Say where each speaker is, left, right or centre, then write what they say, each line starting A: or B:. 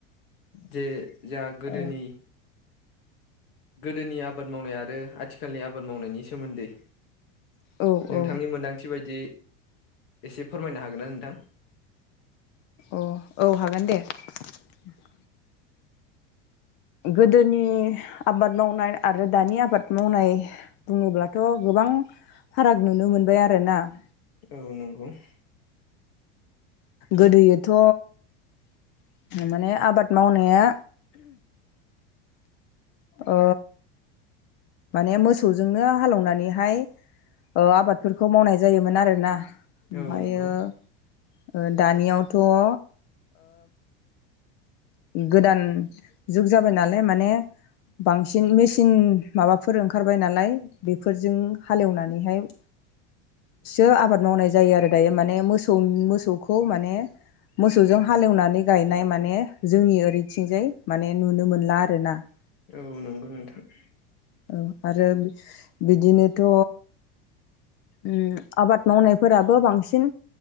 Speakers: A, on the left; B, on the left.
A: जे जोंहा गोदोनि
B: औ
A: गोदोनि आबाद मावनाय आरो आथिखालनि आबाद मावनायनि सोमोन्दै ।
B: औ
A: नोंथांनि
B: औ
A: मोनदांथि बायदि एसे फोरमायनो हागोनना नोंथां?
B: अ औ हागोन दे । गोदोनि आबाद मावनाय आरो दानि आबाद मावनाय बुङोब्लाथ' गोब बां फाराग नुनो मोनबाय आरोना ।
A: औ नंगौ ।
B: गोदोयोथ' माने आबाद मावनाया अ माने मोसौजोंनो हालेवनानैहाय ओ आबादफोरखौ मावनाय जायोमोन आरोना । ओमफायो
A: औ नंगौ
B: ओ दानियावथ' ओ गोदान जुग जाबाय नालाय माने बांसिन मेचिन माबाफोर ओंखारबाय नालाय बेफोरजों हालेवनानैहाय
A: <inaudible>
B: सो आबाद मावनाय जायो आरो दायो माने मोसौ मोसौखौ माने मोसौजों हालेवनानै गायनाय माने जोंनि ओरैथिंजाय माने नुनो मोनला आरोना ।
A: औ नंगौ नोंथां ।
B: औ आरो बिदिनोथ' उम आबाद मावनायफोराबो बांसिन